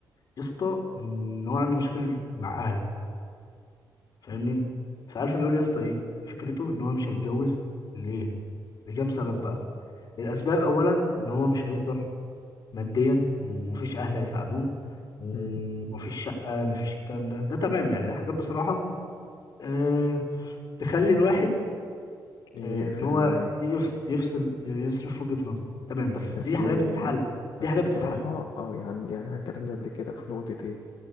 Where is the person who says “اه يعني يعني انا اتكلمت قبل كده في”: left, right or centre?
Left